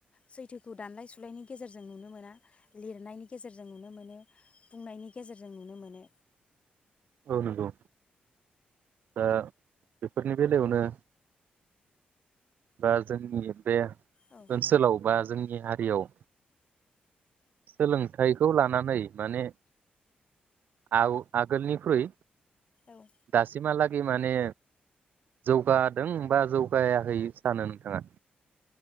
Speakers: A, on the left; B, on the right.
A: सैथो खौ दानलाय सुलायनायनि गेजेरजों नुनो मोना लिरनायनि गेजेरजों नुनो मोनो बुंनायनि गेजेरजों नुनो मोनो।
B: औ नगौ। ओ बेफोरनि बेलायावनो बा जोंनि बे
A: औ
B: ओनसोलाव बा जोंनि जोंनि हारियाव सोलोंथाइखौ लानानै माने आहु आग आगोलनिख्रुय
A: औ
B: दासिमहा लाग माने जौगादों बा जौगायाखै सानो नोंथाङा?